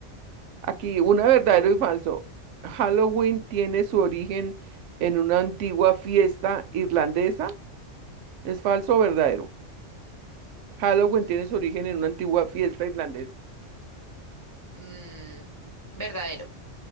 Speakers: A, on the right; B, on the left.
A: Aquí, una verdadero y falso. Halloween tiene su origen en una antigua fiesta irlandesa. ¿Es falso o verdadero? Halloween
B: Mm,
A: tiene su origen en una antigua fiesta irlandesa.
B: mm, verdadero.